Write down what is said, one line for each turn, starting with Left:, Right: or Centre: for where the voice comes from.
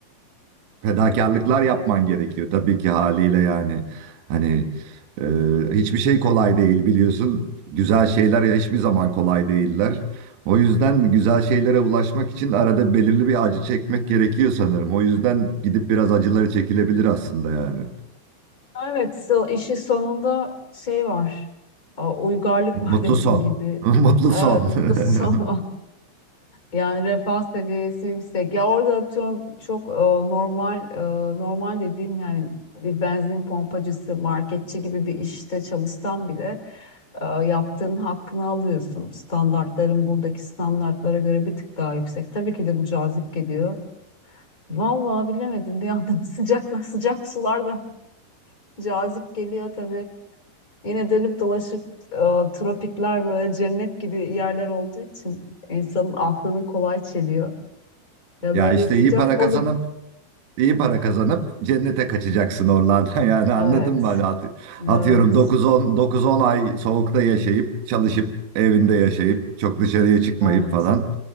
Right: fedakarlıklar
Left: evet.
Right: yapman gerekiyor tabii ki haliyle yani. Hani e, hiçbir şey kolay değil biliyorsun. Güzel şeyler ya hiçbir zaman kolay değiller. O yüzden güzel şeylere ulaşmak için arada belirli bir acı çekmek gerekiyor sanırım. O yüzden gidip biraz acıları çekilebilir aslında yani.
Left: Evet, so, işin sonunda şey var. A, Uygarlık
Right: Mutlu
Left: <laughs> var dediğin
Right: son.
Left: gibi.
Right: <laughs> Mutlu
Left: Evet,
Right: son.
Left: mutlu
Right: <laughs>
Left: <laughs> son var. Yani refah seviyesi yüksek. Ya orada atıyorum çok e, normal e, normal dediğim yani bir benzin pompacısı, marketçi gibi bir işte çalışsan bile e, yaptığın hakkını alıyorsun. Standartların buradaki standartlara göre bir tık daha yüksek. Tabii ki de bu cazip geliyor. Vallahi bilemedim bir yandan <laughs> sıcakla sıcak sular da cazip geliyor tabii. Yine dönüp dolaşıp e, tropikler böyle cennet gibi yerler olduğu için insanın aklını kolay çeliyor. Ya
Right: Ya
Left: böyle
Right: işte
Left: sıcak
Right: iyi para
Left: olup
Right: kazanan İyi para kazanıp cennete kaçacaksın oralardan <laughs> yani
Left: evet,
Right: anladın mı? Hani at-
Left: evet,
Right: atıyorum 9-10 9-10 ay soğukta yaşayıp çalışıp evinde yaşayıp çok dışarıya çıkmayıp
Left: evet,
Right: falan.